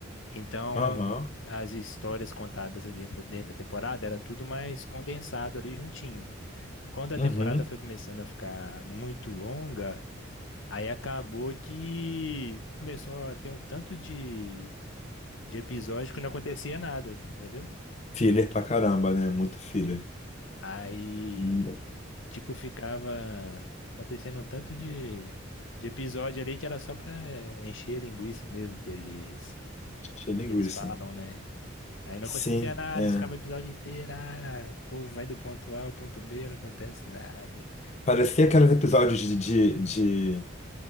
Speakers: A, on the left; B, on the left.
A: Então
B: Aham.
A: as histórias contadas ali dentro, dentro da temporada era tudo mais condensado ali juntinho. Quando a
B: Uhum.
A: temporada foi começando a ficar muito longa, aí acabou que começou a ter um tanto de, de episódio que não acontecia nada, entendeu?
B: Filler pra caramba, né? Muito filler.
A: Aí,
B: Hum,
A: tipo, ficava acontecendo um tanto de, de episódio ali que era só pra encher linguiça mesmo que eles,
B: Cheia de linguiça.
A: que eles falam, né? Aí não
B: Sim,
A: acontecia nada,
B: é.
A: eles ficavam o episódio inteiro, ah, o povo vai do ponto A ao ponto B, não acontece nada.
B: Parecia
A: Aí ficou
B: aqueles episódios de, de, de,